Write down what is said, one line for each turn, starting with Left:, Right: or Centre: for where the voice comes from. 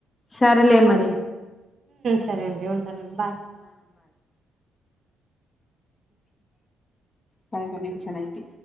Left: సరేలే
Right: ఆ బూడ
Left: మరి
Right: సరే అండి ఉంటాను బాయ్
Left: పదకడు నిమిషాలుయితే